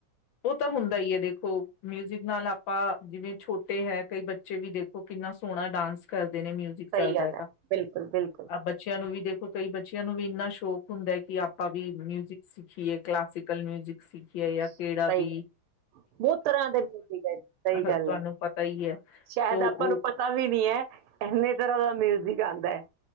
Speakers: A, on the left; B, on the right.
A: ਓ ਤਾਂ ਹੁੰਦਾ ਹੀ ਹੈ ਦੇਖੋ। ਮਿਊਜਿਕ ਨਾਲ ਆਪਾਂ ਜਿਵੇਂ ਛੋਟੇ ਹੈ ਕਈ ਬੱਚੇ ਵੀ ਦੇਖੋ ਕਿੰਨਾ ਸੋਹਣਾ ਡਾਂਸ ਕਰਦੇ ਦੇ ਨੇ ਮਿਊਜਿਕ
B: ਸਹੀ
A: ਚੱਲਦਾ
B: ਗੱਲ
A: ਹੈਗਾ,
B: ਹੈ ਬਿਲਕੁਲ ਬਿਲਕੁਲ
A: ਆ ਬੱਚਿਆਂ ਨੂੰ ਵੀ ਦੇਖ ਕਈ ਬੱਚਿਆਂ ਨੂੰ ਵੀ ਇੰਨਾ ਸ਼ੌਕ ਹੁੰਦਾ ਹੈ ਕਿ ਆਪਾਂ ਵੀ ਮਿਊਜਿਕ ਸਿੱਖੀਏ। ਕਲਾਸਕਲ ਮਿਊਜ਼ਿਕ ਸਿੱਖੀਏ ਜਾਂ
B: ਸਹੀ
A: ਕਿਹੜਾ ਵੀ
B: ਗੱਲ ਬਹੁਤ ਤਰ੍ਹਾਂ ਦੇ ਮਿਊਜਿਕ ਹੈ ਸਹੀ
A: ਅਹ
B: ਗੱਲ
A: ਤੁਹਾਨੂੰ
B: ਹੈ
A: ਪਤਾ ਹੀ ਹੈ
B: ਸ਼ਾਇਦ
A: ਤੋ
B: ਆਪਾਂ
A: ਉਹ
B: ਨੂੰ ਪਤਾ ਵੀ ਨੀ ਹੈ ਇੰਨੇ ਤਰ੍ਹਾਂ ਦਾ ਮਿਊਜਿਕ ਆਉਂਦਾ ਹੈ।